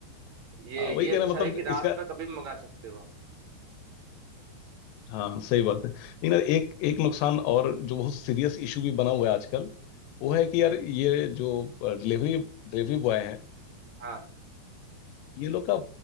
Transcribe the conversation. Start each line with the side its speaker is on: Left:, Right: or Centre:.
Right: ये
Left: हाँ वही
Right: ये
Left: कह
Right: अच्छा
Left: रहा मतलब
Right: है कि रात
Left: इसका
Right: में कभी भी मंगा सकते हो आप।
Left: <laughs> हाँ सही बात है लेकिन यार एक एक नुकसान और जो बहुत सीरियस इशू भी बना हुआ है आजकल वो है कि
Right: क्या
Left: यार ये जो डिलीवरी डिलीवरी बॉय है
Right: हाँ
Left: ये लोग का